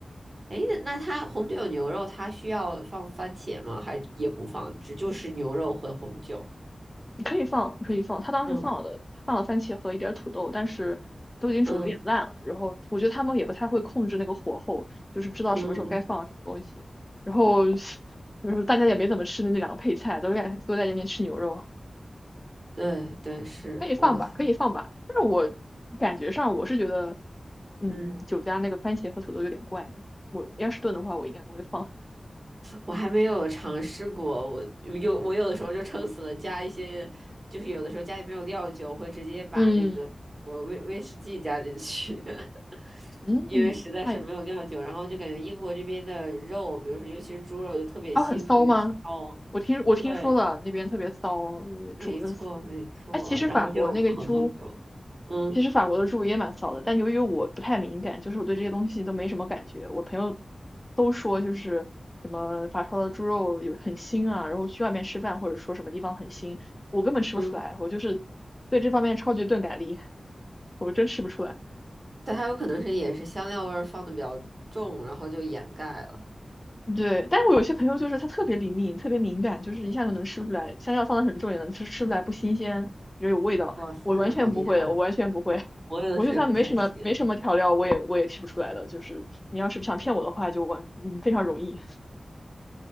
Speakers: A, on the right; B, on the left.
A: 哎，那那它红酒牛肉它需要放番茄吗？还也不放，只就是牛肉和红酒。
B: 你可以放，可以放。他当时放了，
A: 嗯
B: 他放了番茄和一点儿土豆，但是都已经煮的有点烂了。
A: 嗯
B: 然后我觉得他们也不太会控制那个火候，就是不知道什么时候该放什么东西。
A: 嗯
B: 然后，然后大家也没怎么吃那两个配菜，都在都在那边吃牛肉。
A: 对对，是，
B: 可以放吧，
A: 哇塞，
B: 可以放吧。但是我感觉上我是觉得，嗯，
A: 嗯，
B: 酒家那个番茄和土豆有点怪啊。我要是炖的话，我应该不会放。
A: 我还没有尝试过，我有我有的时候就撑死了加一些，就是有的时候家里没有料酒，我会直接把那个我威威士忌加进去，
B: <laughs> 嗯
A: <laughs>
B: 嗯，
A: 因为实在是没有料酒，
B: 那也不错。
A: 然后就感觉英国这边的肉，比如说尤其是猪肉，就特别腥，
B: 啊，很骚吗？
A: 特别骚。
B: 我听我听说了，
A: 对，
B: 那边特别骚，你煮着骚。
A: 没错没错，
B: 哎，其实法国那个猪，
A: 然后就很多酒，嗯
B: 其实法国的猪也蛮骚的，但由于我不太敏感，就是我对这些东西都没什么感觉。我朋友都说，就是什么法超的猪肉有很腥啊，然后去外面吃饭或者说什么地方很腥，我根本吃不出来，
A: 嗯，
B: 我就是对这方面超级钝感力，我真吃不出来。
A: 但它有可能是也是香料味儿放的比较重，然后就掩盖了。
B: 对，但是我有些朋友就是他特别灵敏，特别敏感，就是一下就能吃出来，香料放的很重也能吃吃出来不新鲜，也有味道。
A: 哇塞，
B: 我完全不会的，
A: 好厉害！
B: 我完全不会。<laughs>
A: 我有的时候也不太行，
B: 我就算没什么没什么调料，我也我也吃不出来的。就是你要是想骗我的话，就完，嗯，非常容易。